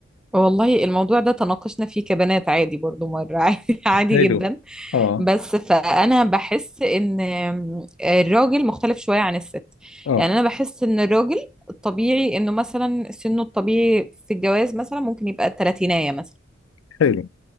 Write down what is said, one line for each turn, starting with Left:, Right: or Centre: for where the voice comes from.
Centre: والله الموضوع ده تناقشنا فيه كبنات عادي برضو مرة <laughs> عادي عادي
Left: حلو
Centre: جدا
Left: آه
Centre: بس فأنا بحس إن الراجل مختلف شوية عن الست
Left: آه
Centre: يعني أنا بحس إن الراجل الطبيعي إنه مثلا سنه الطبيعي في الجواز مثلا ممكن يبقى تلاتيناية مثلا
Left: حلو